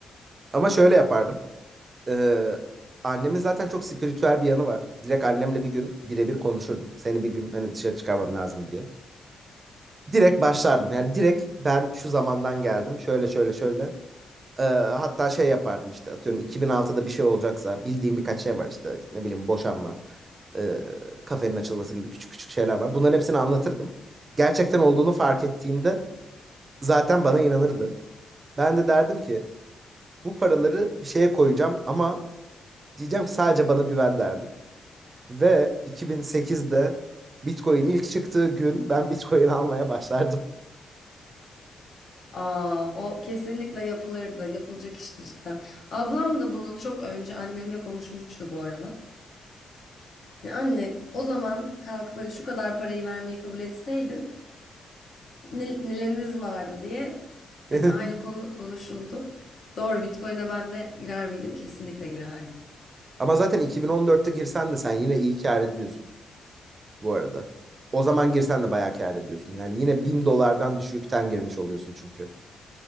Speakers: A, on the right; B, on the left.
A: Ama şöyle yapardım. Ee, annemin zaten çok spiritüel bir yanı var. Direkt annemle bir gün birebir konuşurdum. Seni bir gün hani dışarı çıkarmam lazım diye. Direkt başlardım. Yani direkt ben şu zamandan geldim. Şöyle şöyle şöyle. Ee, hatta şey yapardım işte atıyorum 2006'da bir şey olacaksa bildiğim birkaç şey var işte ne bileyim boşanma. e, kafenin açılması gibi küçük küçük şeyler var. Bunların hepsini anlatırdım. Gerçekten olduğunu fark ettiğinde zaten bana inanırdı. Ben de derdim ki bu paraları bir şeye koyacağım ama diyeceğim sadece bana güven derdim. Ve 2008'de Bitcoin ilk çıktığı gün ben Bitcoin almaya başlardım.
B: Aa, o kesinlikle yapılırdı. Yapılacak işti cidden. Ablam da bunu çok önce annemle konuşmuştu bu arada. Hani anne o zaman kalkıp hani şu kadar parayı vermeye kabul etseydin ne- nelerimiz vardı diye
A: <laughs>
B: hani aynı konu konuşuldu. Doğru Bitcoin'e ben de girer miydim? Kesinlikle girerdim.
A: Ama zaten 2014'te girsen de sen yine iyi kâr ediyorsun bu arada. O zaman girsen de bayağı kâr ediyorsun. Yani yine 1000 dolardan düşükten girmiş oluyorsun çünkü.